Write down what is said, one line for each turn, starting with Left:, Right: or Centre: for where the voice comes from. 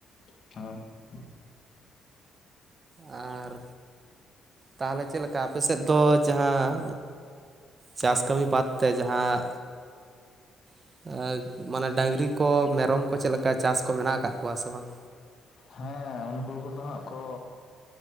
Left: <inaudible>
Right: ᱟᱨ ᱛᱟᱦᱚᱞᱮ ᱪᱮᱞᱮᱠ ᱠᱟ ᱟᱯᱮ ᱥᱮᱫ ᱫᱚ ᱡᱟᱦᱟᱸ ᱪᱟᱥ ᱠᱟᱹᱢᱤ ᱵᱟᱫ ᱛᱮ ᱡᱟᱦᱟᱸ <inaudible> ᱢᱟᱱᱮ ᱰᱟᱝᱨᱤ ᱠᱚ ᱢᱮᱨᱚᱢ ᱠᱚ ᱪᱮᱫ ᱞᱮᱠᱟ ᱪᱟᱥ ᱠᱚ ᱢᱮᱱᱟᱜ ᱟᱠᱟᱫ ᱠᱚᱣᱟ ᱥᱮ ᱵᱟᱝ?
Left: ᱦᱮᱸ ᱩᱱᱠᱩ ᱠᱚᱫᱚ ᱦᱟᱸᱜ ᱠᱚ